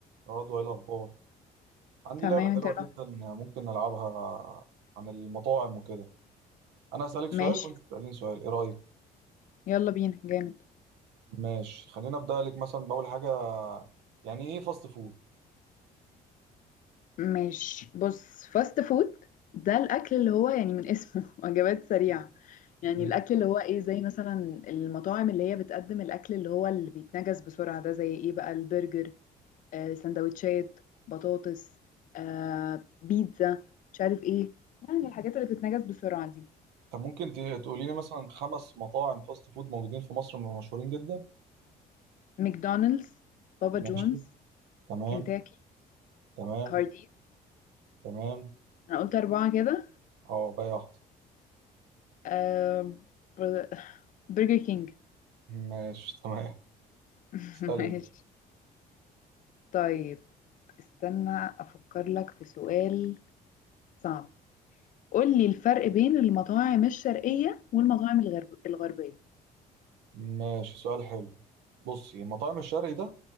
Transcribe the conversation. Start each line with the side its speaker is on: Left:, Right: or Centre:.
Right: برضه ايه الاخبار عندي
Left: تمام
Right: لعبه
Left: انت
Right: حلوه
Left: لا.
Right: جدا ممكن نلعبها عن المطاعم وكده انا اسالك
Left: ماشي
Right: سؤال وانت تساليني سؤال ايه رايك
Left: يلا بينا جامد
Right: ماشي خلينا ابدا لك مثلا باول حاجه يعني ايه فاست فود
Left: ماشي بص فاست فود ده الاكل اللي هو يعني من اسمه <laughs> وجبات سريعه يعني
Right: مم.
Left: الاكل اللي هو ايه زي مثلا المطاعم اللي هي بتقدم الاكل اللي هو اللي بيتنجز بسرعه ده زي ايه بقى البرجر آه سندوتشات بطاطس آه بيتزا مش عارف ايه يعني الحاجات اللي بتتنجز بسرعه دي
Right: طب ممكن ت- تقولي لي مثلا خمس مطاعم فاست فود موجودين في مصر مشهورين جدا
Left: ماكدونالدز بابا جونز
Right: ماشي تمام
Left: كنتاكي
Right: تمام
Left: هارديز
Right: تمام
Left: انا قلت اربعه كده
Right: اه باقي واحده
Left: آه بر- برجر كينج
Right: ماشي <laughs> تمام
Left: <laughs>
Right: اسالي
Left: ماشي طيب استنى افكر لك في سؤال صعب قول لي الفرق بين المطاعم الشرقية والمطاعم الغرب... الغربية
Right: ماشي سؤال حلو بصي مطاعم الشرقي ده